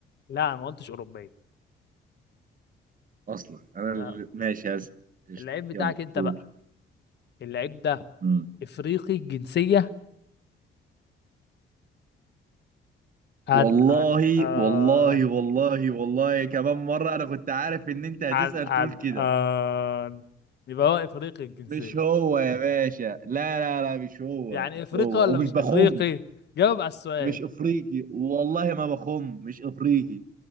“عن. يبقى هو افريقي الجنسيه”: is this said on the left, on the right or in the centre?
Left